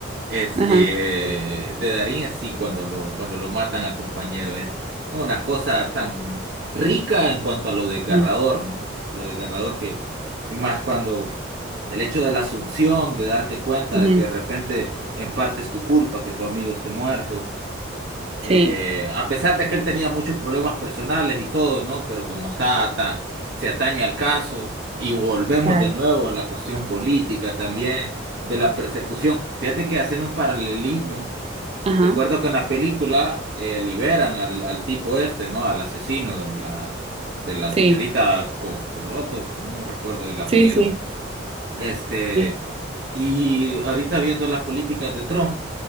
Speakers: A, on the right; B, on the right.
A: Este,
B: Ajá.
A: de Darín, es sí, cuando lo, cuando lo matan al compañero, es ¿no? una cosa tan rica en cuanto a lo desgarrador,
B: Sí.
A: ¿no? Lo desgarrador que, y más cuando el hecho de la asunción, de darte cuenta
B: Ujú.
A: de que de repente en parte es tu culpa que tu amigo esté muerto, eh,
B: Sí,
A: a pesar de que él tenía muchos problemas personales y todo, ¿no? Pero como está tan, se atañe al caso y volvemos
B: claro.
A: de nuevo a la cuestión política también, de la persecución. Fíjate que haciendo un paralelismo,
B: Ajá.
A: recuerdo que en la película eh, liberan al, al tipo este, ¿no? Al asesino de la, de la
B: Sí.
A: señorita Co- Coloto, no recuerdo el apellido.
B: Sí, sí,
A: Este,
B: sí.
A: y ahorita viendo las políticas de Trump.